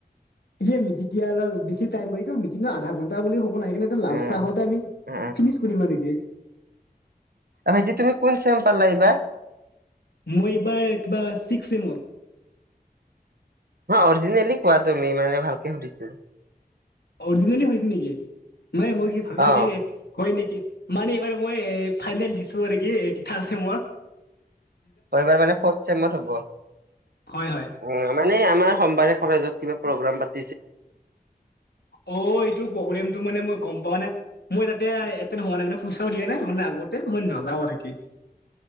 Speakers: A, on the left (about 85°); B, on the right (about 70°).
A: এ যে <unintelligible> অলপ বিছি টাইম কৰি মি ন আধা ঘন্টা বুলি অকমান আহিকেনে ইয়াতে লাল
B: অ
A: চাহতে আমি,
B: অ
A: ফিনিচ কৰিবা নিকি।
B: ভাইটি তুমি কোন চেম পালা এইবাৰ?
A: মই এইবাৰ কিবা চিকচ ছেমত।
B: ন অৰিজিনেলি কোৱা তুমি মানে ভালকে সুধিছো।
A: অৰিজিনেলি হৈছে নেকি? মই কি ভাবিছোঁ
B: অ
A: হয় নেকি? মানে এইবাৰ মই ফাইনেল দিছো আৰু কি পিঠা আছে মোৰ।
B: এইবাৰ মানে ফৰ্থ চেমত হ'ব। অ
A: হয় হয়
B: মানে আমাৰ সোমবাৰে কলেজত কিবা প্ৰগ্ৰাম পাতি
A: অ এইটো প্ৰগ্ৰেমটো মানে মই গম পোৱা নে মই তাতে এতে ন হোৱা নাই মানে। পইচাও দিয়া নাই মানে আগতে মই নাযাওঁ আৰু কি।